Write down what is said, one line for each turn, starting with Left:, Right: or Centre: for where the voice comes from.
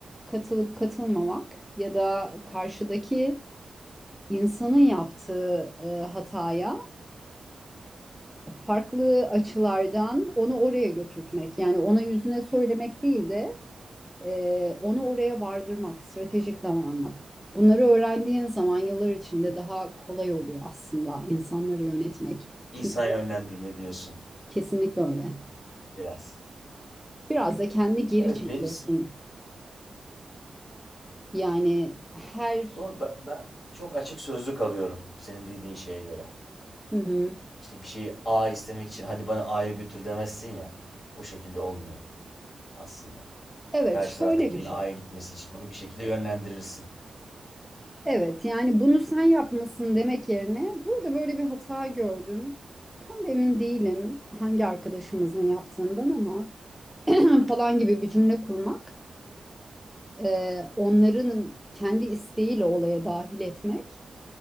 Centre: katılıp katılmamak ya da karşıdaki insanın yaptığı e, hataya farklı açılardan onu oraya götürtmek. Yani ona yüzüne söylemek değil de e, onu oraya vardırmak, stratejik davranmak. Bunları öğrendiğin zaman yıllar içinde daha kolay oluyor aslında insanları yönetmek.
Left: İnsan
Centre: Çünkü
Left: yönlendirme diyorsun
Centre: kesinlikle öyle.
Left: biraz.
Centre: Biraz da kendi geri
Left: Ya Evet
Centre: çekiyorsun.
Left: benim
Centre: Yani her...
Left: doğru ben, ben çok açık sözlü kalıyorum senin dediğin şeye göre.
Centre: Hı hı.
Left: İşte bir şeyi A istemek için hadi bana A'ya götür demezsin ya. O şekilde olmuyor aslında.
Centre: Evet,
Left: İşte karşı taraftakinin
Centre: şöyle bir şey.
Left: A'ya gitmesi için onu bir şekilde yönlendirirsin.
Centre: Evet, yani bunu sen yapmasın demek yerine burada böyle bir hata gördüm. Tam da emin değilim hangi arkadaşımızın yaptığından ama <clears throat> falan gibi bir cümle kurmak e, onların kendi isteğiyle olaya dahil etmek